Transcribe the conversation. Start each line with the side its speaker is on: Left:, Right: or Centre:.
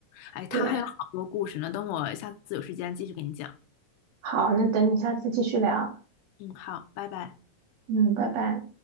Left: 哎，他还有好多故事呢，
Right: 对，
Left: 等我下次有时间继续给你讲。
Right: 好，那等你下次继续聊。
Left: 嗯，好，拜拜。
Right: 嗯，拜拜。